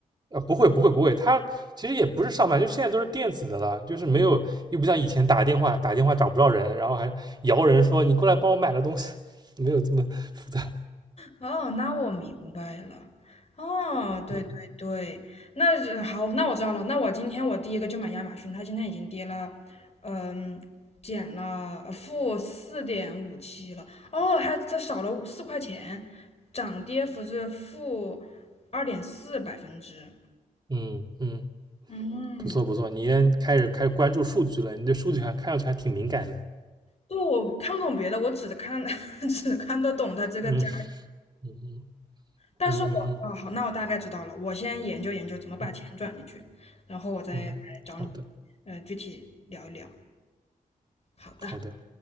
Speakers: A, on the right (about 25°); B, on the left (about 45°).
A: 啊，不会不会不会，他其实也不是上班，就现在都是电子的了，就是没有又不像以前打电话打电话找不着人，然后还摇人说你过来帮我买个东西，<laughs> 没有这么复杂。
B: 哦，那我明白了。哦，对对对，
A: 嗯
B: 那是好，那我知道了。那我今天我第一个就买亚马逊，它今天已经跌了，嗯，减了呃负四点五七了。哦，还它少了四块钱，涨跌幅是负二点四百分之。
A: 嗯嗯，
B: 嗯，
A: 不错不错，你也开始开始关注数据了，你对数据还看上去还挺敏感的。
B: 不，我看不懂别的，我只看 <laughs> 只看得懂它这个加。
A: 嗯。嗯嗯
B: 但是我啊，
A: 嗯嗯
B: 好，那我大概知道了。我先研究研究怎么把钱转进去，
A: 嗯，
B: 然后我再来找你，
A: 嗯，嗯好的
B: 呃，具体聊一聊。好的。
A: 好的。